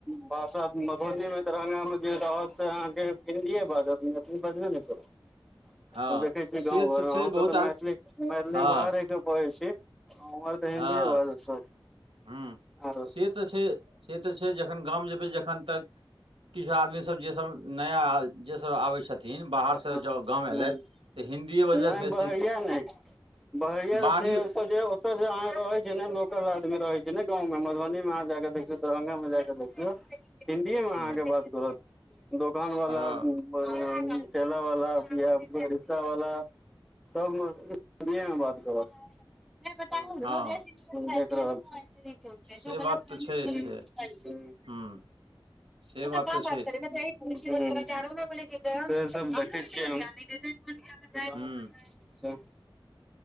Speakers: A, in the centre; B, on the right.
A: भाषा मधुबनी मे दरभंगा मे जे रहत से अहाँके हिन्दीए बाजत मैथिली बजबे ने करत
B: हँ
A: हम देखै छीयै
B: से
A: गाँव घरमे
B: छै
A: हमसब
B: बहुत
A: तऽ
B: आद
A: मैथिली - मैथिली
B: हँ
A: बाहर रहि कऽ पढ़ै छी। उम्हर तऽ
B: हँ
A: हिन्दीए बाजत सब
B: हुम्म
A: आरो
B: से से तऽ छै, से तऽ छै, जखन गाम जेबै जखन तक किछु आदमी सब जे सब नया जे सब आबै छथि थिन बाहर सँ
A: हँ
B: जँ गाम
A: हूँ
B: एलथि तऽ हिन्दीए बजलथि
A: नहि
B: बेसी
A: बहरिया नहि बहरिया
B: बारी
A: छै ओतैहो अहाँ रहै छै ने लोकल आदमी रहै छै ने गाँव मे मधुबनी मे अहाँ जा कऽ, देखियौ दरभंगा मे जा कऽ, देखियौ हिन्दीए मे
B: हूँ
A: अहाँके बात करत दोकानवला
B: हँ
A: <unintelligible> ठेला वाला या रिक्सा वाला सब ए मे हिंदीऐ मे बात करत मै बताउ
B: हँ
A: जो जैसी नियत हम देख रहल छी <unintelligible> सोचते है
B: से
A: जो गलत
B: बात
A: रहगे
B: तऽ छै
A: न गलत
B: से
A: सोचता ही है
B: हूँ से
A: अच्छा कहाँ
B: तऽ
A: बात
B: छै
A: करे हुम्म <unintelligible> फेर सऽ हम देखय छियै हम
B: हूँ
A: <unintelligible> <unintelligible> ह